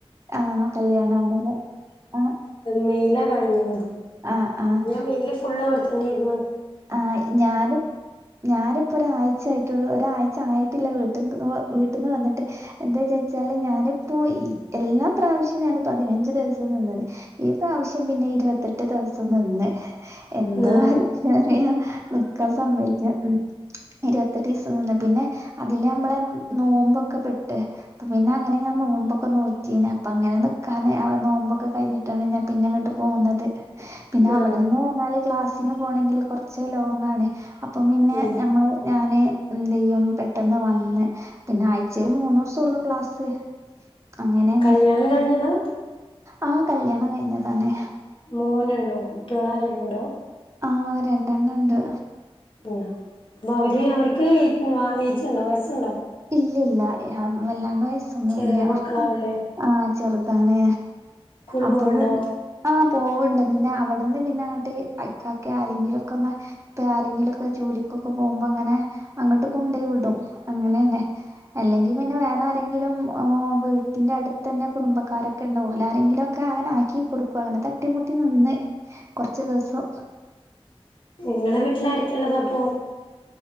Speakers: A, on the right; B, on the left.
A: ആഹ് കല്യാണാണ് ലേ ആഹ്
B: മെയില കഴിഞ്ഞിഞത്
A: ആഹ്
B: അപ്പൊ
A: ആഹ്
B: ഞാൻ മെയിൽ ഫുള്ള് ഇവിടെ തന്നെ ആയിരുന്നു
A: ആഹ് ഞാനും ഞാനിപ്പോ ഒരായ്ച ആയിട്ട് ഒരായ്ച ആയിട്ടില്ല വീട്ട് വീട്ടിൽന്ന് വന്നിട്ട് എന്താചച്ചാല് ഞാനിപ്പോ ഈ എല്ലാ പ്രാവശ്യവും ഞാന് പതിനഞ്ച് ദിവസം നിന്നത് ഈ പ്രാവശ്യം പിന്നെ ഇരുവത്തെട്ട് ദിവസം നിന്ന് എന്തോ
B: നാ
A: ശെരിയ നിക്കാൻ സമ്മയിച്ച ഇരുത്തെട്ടീസം നിന്ന് പിന്നെ അതില് നമ്മളെ നോമ്പൊക്കെ പെട്ട് പിന്നെ അങ്ങനെ ഞാൻ നോമ്പൊക്കെ നോറ്റീന് അപ്പ അങ്ങനെ നിക്കാന് അവടെ നോമ്പൊക്ക കയിഞ്ഞി ട്ടാണ് ഞാ പിന്നങ്ങട്ട് പോന്നത്. പിന്നെ
B: നാ
A: അവിടെന്ന് പറഞ്ഞാല് ക്ലാസ്സിന് പോണെങ്കിൽ കൊറച്ച് ലോങ്ങാണ്. അപ്പം പിന്നെ
B: ഉം
A: ഞമ്മള്, ഞാന് എന്തെയ്യും പെട്ടെന്ന് വന്ന് പിന്നെ ആഴ്ച്ചേൽ മൂന്നൂസോള്ളു ക്ലാസ്. അങ്ങനെയാണ്
B: കല്ല്യാണം കഴിഞ്ഞതാ?
A: ആ കല്യാണം കഴിഞ്ഞതാണ്.
B: മോന്ണ്ടോ കുട്ട്യോളാരേലുണ്ടോ?
A: ആഹ് രണ്ടെണ്ണണ്ട്.
B: ഉം അവര് അവര്ക്ക് ഏജ്ണ്ടോ? വയസ്സ്ണ്ടോ?
A: ഇല്ല്യാ ഇല്ല്യാ വല്ലാണ്ട് വയസ്സൊന്നുല്ല്യാ.
B: ചെറിയ മക്കളാവൂലേ
A: ആഹ് ചെറുതാണ്.
B: സ്കൂള്
A: അപ്പം
B: പോവണ്ടോ
A: ആഹ് പോവ്ണ്ട് പിന്നെ അവ്ട്ന്ന് പിന്നങ്ങട്ട് ഇക്കാക്കെ ആരെങ്കിലൊക്കെന്ന് ഇപ്പേ ആരെങ്കിലൊക്കെ ജോലിക്കൊക്കെ പോകുമ്പങ്ങനെ അങ്ങട്ട് കൊണ്ടെയ് വിടും അങ്ങനേണ്. അല്ലെങ്കീ പിന്നെ വേറാരെങ്കിലും ഓ വീട്ടിന്റടുത്തെന്നെ കുടുംബക്കാരൊ ക്കണ്ട് ഓലാരെങ്കിലൊക്കെ അങ്ങനെ ആക്കി കൊടുക്കും. അങ്ങനെ തട്ടിമുട്ടി നിന്ന് കൊറച്ച് ദിവസം.
B: ങ്ങളെ വീട്ടിലാരൊക്കെള്ളത് അപ്പൊ?